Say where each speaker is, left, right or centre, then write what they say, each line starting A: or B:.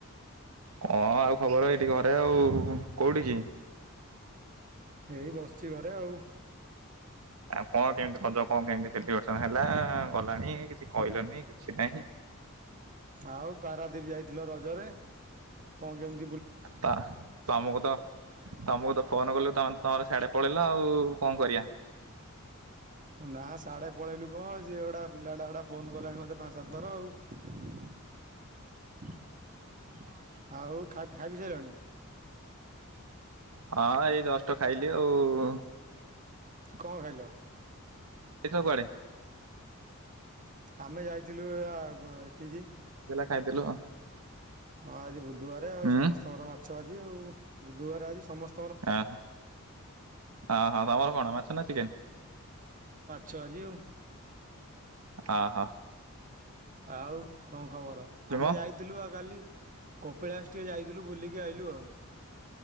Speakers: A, on the right (about 80°); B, on the right (about 40°).
A: କଣ ଆଉ ଖବର ଏଇଠି ଘରେ ଆଉ କୋଉଠି କି?
B: ଏଇ ବସିଛି ଘରେ ଆଉ।
A: ଆଉ କଣ କେମିତି ରଜ କଣ କେମତି ସେଲିବ୍ରେସନ ହେଲା ଆ ଗଲାଣି କିଛି କହିଲନି କିଛି ନାହିଁ।
B: ଆଉ ପାରାଦୀପ ଯାଇଥିଲ ରଜରେ କଣ କେମ
A: ତା ତ ତମକୁ ତ ତମକୁ ତ ଫୋନ କଲେ ତମେ ତମର ସିଆଡେ ପଳେଇଲ ଆଉ କଣ କରିବା?
B: ନା ସିଆଡେ ପଳେଇଲୁ କଣ ସିଏ ଗୁଡା ପିଲା ଗୁଡା ଫୋନ କଲେଣି ମତେ ପାଞ୍ଚ ସାତ ଥର ଆଉ, <inaudible> ଆଉ ଖାଇ ପିଇ ସାରିଲଣି?
A: ହଁ ଏଇ ଜଷ୍ଟ ଖାଇଲି। ଲି ଆଉ
B: କଣ ଖାଇଲ?
A: ତୁ କୁଆଡ଼େ? <inaudible>
B: ଆମେ ଯାଇଥିଲୁ ଆ ଏଠିକି।
A: ଖାଇ ଦେଲୁ ଆଉ। <inaudible>
B: ହଁ ଆଜି ବୁଧବାର ଆଉ
A: ହୁଁ
B: ସମସ୍ତଙ୍କର ମାଛ ଆ ଆଜି ଆଉ ବୁଧବାର ଆଜି ସମସ୍ତ
A: ଆଁ ହଁ <inaudible> ଆ ଅହ, ତମର କଣ ମାଛ ନାଁ ଚିକେନ୍?
B: ଛ ଆଜି ଆଉ।
A: ଆହଃ
B: ଆଉ କଣ ଖବର, ଆମେ
A: ମ
B: ଯାଇଥିଲୁ ବା କାଲି। କପିଳାସ ଟିକେ ଯାଇଥିଲୁ ବୁଲିକି ଆଇଲୁ ଆଉ।